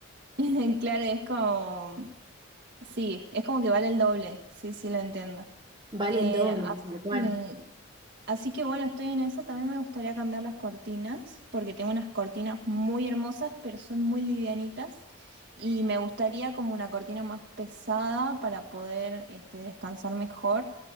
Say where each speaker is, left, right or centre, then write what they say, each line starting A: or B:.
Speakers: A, on the right; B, on the right.
A: <laughs> Claro, es como Sí, es como que vale el doble, sí, sí lo entiendo.
B: Vale
A: Eh,
B: el doble,
A: así
B: tal cual.
A: que, así que bueno, estoy en esa, también me gustaría cambiar las cortinas, porque tengo unas cortinas muy hermosas, pero son muy livianitas, y me gustaría como una cortina más pesada para poder este, descansar mejor,